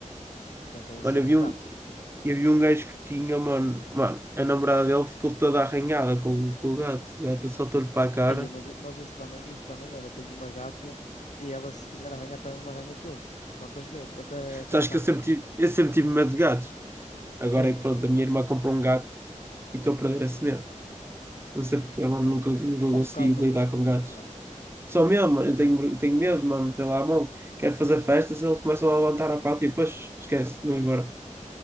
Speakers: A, on the left; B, on the right.
A: Para aquela
B: Mano,
A: cena,
B: eu vi
A: um
B: um,
A: gato. Tipo,
B: eu vi um gajo que tinha, mano. Mano, a namorada dele ficou toda arranhada com, com o gato. O gato saltou-lhe para a cara.
A: aí, mas, mas isso também, isso também, olha, tenho uma gata e ela se quiser arranhar também me arranha todo. Quantas vezes? Até, até
B: Sabes
A: sangue.
B: que eu sempre tive, eu sempre tive medo de gatos. Agora
A: Aí,
B: é que pronto, a minha irmã comprou um gato e estou a perder esse medo. Não sei porque, mano,
A: ah,
B: nunca,
A: pá,
B: nunca
A: são
B: consegui
A: um bocado matreiros
B: lidar com
A: de vez
B: gatos.
A: em quando.
B: Só mesmo, mano, eu tenho, tenho medo, mano, meter lá a mão. Quero fazer festas, eles começam a levantar a pata e depois esquece, vou embora.